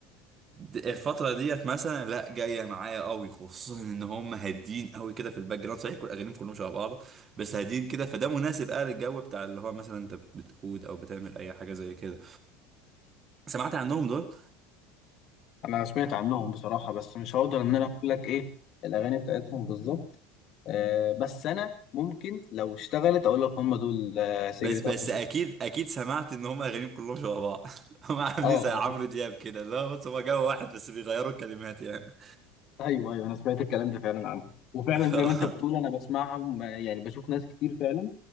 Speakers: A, on the right; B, on the left.
A: الفتره ديت مثلا لا جايه معايا قوي خصوصا ان هم هادين قوي كده في الباك جراوند صحيح كل اغانيهم كلهم شبه بعض بس هادين كده فده مناسب قوي للجو بتاع اللي هو مثلا انت بتقود او بتعمل اي حاجه زي كده سمعت عنهم دول
B: انا سمعت عنهم بصراحه بس مش هقدر ان انا اقول لك ايه الاغاني بتاعتهم بالظبط آه بس انا ممكن لو اشتغلت اقول لك هم دول آه سيجرت
A: بس بس
B: افتر
A: اكيد اكيد سمعت ان هم اغانيهم كلهم شبه بعض <laughs> هم عاملين
B: اه
A: زي عمرو دياب كده لا بس هم جابوا واحد بس بيغيروا الكلمات يعني
B: ايوه ايوه انا سمعت الكلام ده فعلا عنه وفعلا
A: <laughs>
B: زي ما انت بتقول انا بسمعهم آه، يعني بشوف ناس كتير فعلا